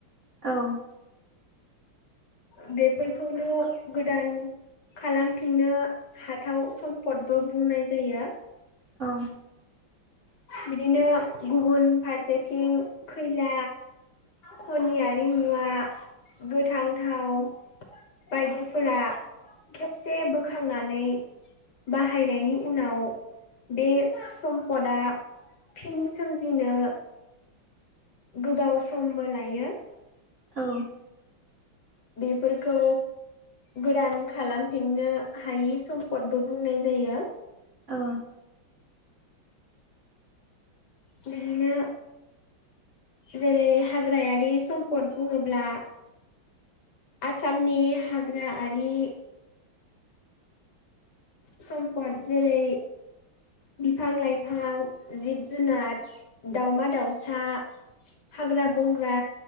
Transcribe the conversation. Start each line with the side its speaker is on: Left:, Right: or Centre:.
Right: औ।
Left: ओ बेफोरखौनो गोदान खालामफिननो हाथाव सम्पदबो बुंनाय जायो।
Right: औ।
Left: बिदिनो गुबुन फारसेथिं खैला खनियारि मुवा गोथां थाव बायदिफोरा खेबसे बोखांनानै बाहायनायनि उनाव बे सम्पदआ फिन सोमजिनो गोबाव समबो लायो।
Right: औ।
Left: बेफोरखौ गोदान खालामफिननो हायि सम्पदबो बुंनाय जायो।
Right: औ।
Left: बिदिनो जेरै हाग्रायारि सम्पद बुङोब्ला आसामनि हाग्राआारि सम्पद जेरै बिफां लाइफां जिब जुनार दावमा दाउसा हाग्रा बंग्रा